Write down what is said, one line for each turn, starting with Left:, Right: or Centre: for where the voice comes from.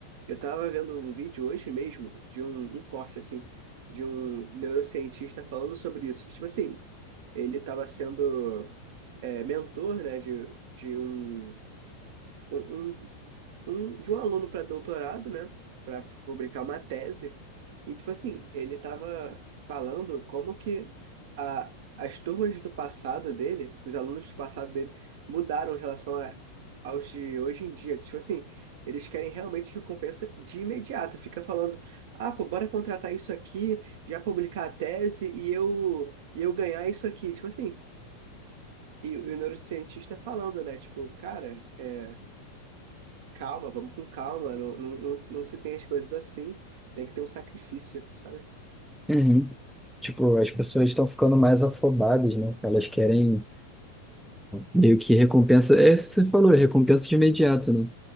Right: eu tava vendo um vídeo hoje mesmo de um, um corte, assim, de um neurocientista falando sobre isso. Tipo assim, ele tava sendo é, mentor, né, de, de um, um, um um, de um aluno para doutorado, né? Para publicar uma tese. E, tipo assim, ele estava falando como que a, as turmas do passado dele, os alunos do passado dele, mudaram em relação a, aos de hoje em dia. Que, tipo assim, eles querem realmente recompensa de imediato. Fica falando, ah, pô, bora contratar isso aqui, já publicar a tese e eu, e eu ganhar isso aqui. Tipo assim. E o e o neurocientista falando, né? Tipo, cara, é, Calma, vamos com calma. Não, não, não, não se tem as coisas assim. Tem que ter um sacrifício, sabe?
Centre: Uhum. Tipo, as pessoas estão ficando mais afobadas, né? Elas querem meio que recompensa. É isso que você falou, recompensa de imediato, né?